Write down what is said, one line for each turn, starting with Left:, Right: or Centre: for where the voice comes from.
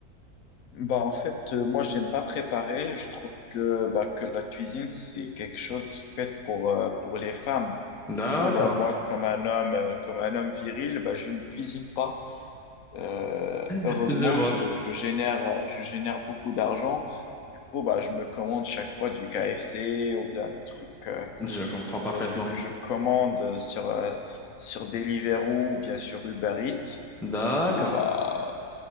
Left: Bah, en fait, euh, moi, j'aime pas préparer. Je trouve que, bah, que la cuisine, c'est quelque chose fait pour, euh, pour les femmes.
Centre: D'accord,
Left: Du coup, bah, moi, comme un homme, euh, comme un homme viril, bah, je ne cuisine pas. Euh,
Centre: <laughs>
Left: heureusement,
Centre: je vois,
Left: je, je génère, je génère beaucoup d'argent. Du coup, bah, je me commande chaque fois du KFC ou bien des trucs euh,
Centre: je comprends parfaitement.
Left: que, que je commande sur, euh, sur Deliveroo ou bien sur Uber Eats.
Centre: D'accord.
Left: Du coup, bah,